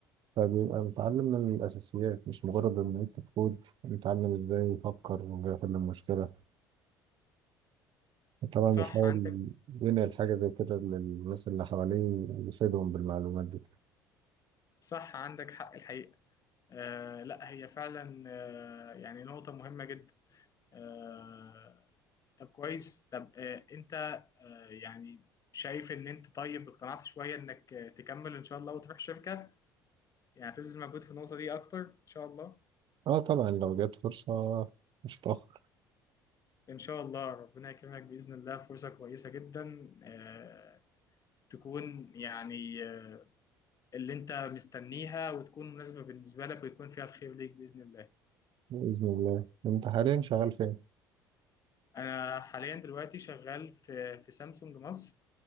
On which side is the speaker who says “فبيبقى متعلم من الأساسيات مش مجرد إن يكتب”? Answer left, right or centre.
Right